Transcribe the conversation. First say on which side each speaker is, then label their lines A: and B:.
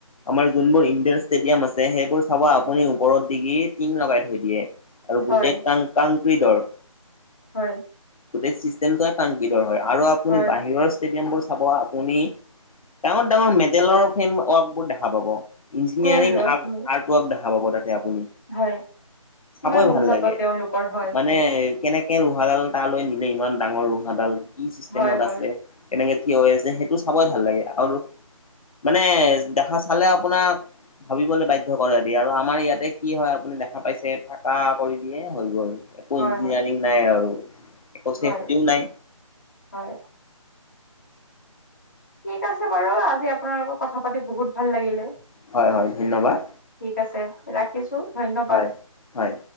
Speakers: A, on the left (about 80°); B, on the left (about 35°).
A: আমাৰ যোনবোৰ ইনডোৰ ষ্টেডিয়াম আছে সেইবোৰ চাব আপুনি ওপৰত দিগি টিং লগাই থৈ দিয়ে। আৰু
B: হয়
A: গোটেই কাং কাংকৃদৰ
B: হয়।
A: গোটেই চিষ্টেমটোৱে কাংকিডৰ হয় আৰু আপুনি
B: হয়
A: বাহিৰৰ ষ্টেডিয়ামবোৰ চাব আপুনি ডাঙৰ ডাঙৰ মেদেলৰ ফেম ৱৰ্ক বোৰ দেখা পাব। ইঞ্জিনিয়াৰিং
B: হয় হয়
A: আ
B: হয়
A: আৰ্ট ৱৰ্ক দেখা পাব তাতে আপুনি।
B: হয়
A: চাবই
B: কিমান উন্নত
A: ভাল লাগে
B: তেওঁলোকৰ হয়
A: মানে কেনেকে লোহাডাল তালৈ নিলে ইমান ডাঙৰ লোহাডাল কি চিষ্টেমত
B: হয় হয়
A: আছে কেনেকে থিয় হৈ আছে সেইটো চাবাই ভাল লাগে। আৰু মানে দেখা চালে আপোনাক ভাবিবলৈ বাধ্য কৰে দিয়ে, আৰু আমাৰ ইয়াতে কি হয় আপুনি দেখা পাইছে পাকা কৰি দিয়ে হৈ গ'ল। একো
B: হয়
A: ইঞ্জিনিয়াৰিং
B: হয়
A: নাই আৰু। একো চেফটিও
B: হয়,
A: নাই
B: হয়। ঠিক আছে বাৰু আজি আপোনাৰ লগত কথা পাতি বহুত ভাল লাগিলে।
A: হয় হয়, ধন্যবাদ।
B: ঠিক আছে, ৰাখিছো। ধন্যবাদ
A: হয় হয়।